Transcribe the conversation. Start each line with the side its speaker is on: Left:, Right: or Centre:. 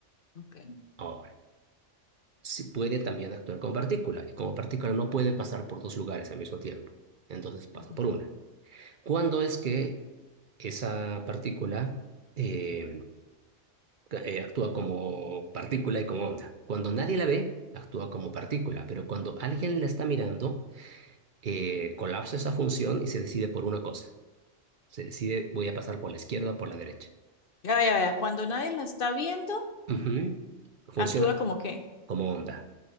Left: Ok.
Right: Ahora, si puede también actuar como partícula, y como partícula no puede pasar por dos lugares al mismo tiempo, entonces pasa
Left: Ujú.
Right: por una. ¿Cuándo es que esa partícula eh, eh, actúa como partícula y como onda? Cuando nadie la ve, actúa como partícula, pero cuando alguien la está mirando, eh, colapsa esa función y se decide por una cosa. Se decide, voy a pasar por la izquierda o por la derecha.
Left: Ya, vaya, vaya. Cuando nadie la está viendo,
Right: Ujú. Funciona
Left: actúa como que
Right: como onda.